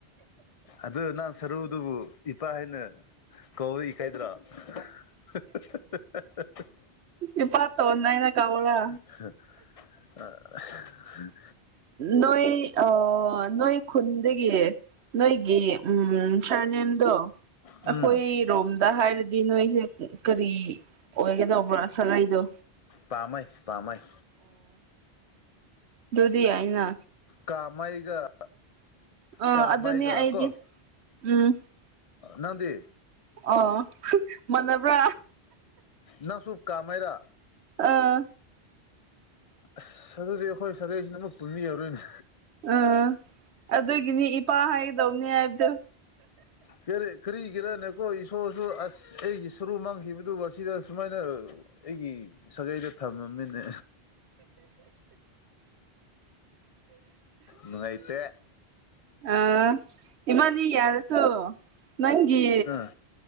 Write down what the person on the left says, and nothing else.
ꯑꯗꯣ ꯅꯪ ꯁꯔꯨꯗꯨꯕꯨ ꯏꯄꯥ ꯍꯥꯏꯅ ꯀꯧꯋꯦ ꯀꯥꯏꯗ꯭ꯔꯣ ꯍꯥ ꯍꯥ ꯍꯥ ꯍꯥ ꯍꯥ
ꯍꯥ ꯍꯥꯡ
ꯎꯝ
ꯄꯥꯃꯩ ꯄꯥꯃꯩ
ꯀꯥꯃꯩꯒ
ꯀꯥꯃꯩꯒ
ꯀꯣ
ꯅꯪꯗꯤ
ꯅꯪꯁꯨꯨ ꯀꯥꯃꯩꯔꯥ
ꯑꯁ ꯑꯗꯨꯗꯤ ꯑꯩꯈꯣꯏ ꯁꯥꯒꯩꯁꯤ ꯅꯪꯒ ꯄꯨꯟꯅ ꯌꯔꯣꯏꯅꯦ
ꯀꯥ ꯀꯔꯤꯒꯤꯔꯅꯦꯀꯣ ꯏꯁꯣꯔꯁꯨ ꯑꯁ ꯑꯩꯒꯤ ꯁꯔꯨ ꯃꯥꯡꯈꯤꯕꯗꯨ ꯑꯁꯤꯗ ꯁꯨꯃꯥꯏꯅ ꯑꯩꯒꯤ ꯁꯥꯒꯩꯗ ꯊꯝꯃꯝꯃꯤꯅꯦ ꯅꯨꯡꯉꯥꯏꯇꯦ
ꯑꯥ